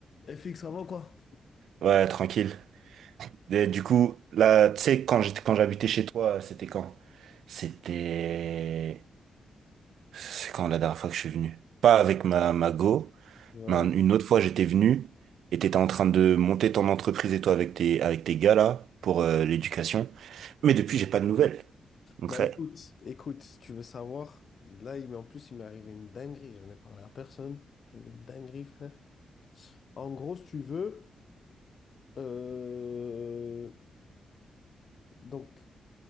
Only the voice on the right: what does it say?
Ouais, tranquille. Et du coup, là, tu sais, quand j'étais, quand j'habitais chez toi, euh, c'était quand? C'était... C'est quand la dernière fois que je suis venu? Pas avec ma, ma go,
mais un- une autre fois, j'étais venu et t'étais en train de monter ton entreprise et toi avec tes, avec tes gars là, pour euh, l'éducation. Mais depuis, j'ai pas de nouvelles. Donc
ça,